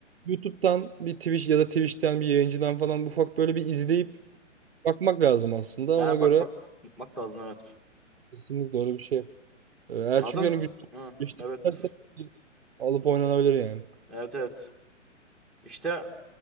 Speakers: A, on the right (about 50°); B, in the centre.
A: YouTube'dan bir Twitch ya da Twitch'ten bir yayıncıdan falan ufak böyle bir izleyip bakmak lazım aslında.
B: Ha
A: Ona göre
B: bakmak bakmak lazım evet.
A: kesinlikle öyle bir şey yap. Ee, Eğer
B: Zaten
A: çünkü hani güçlü
B: hı,
A: geliştirirsen
B: evet.
A: alıp oynanabilir yani.
B: Evet evet. İşte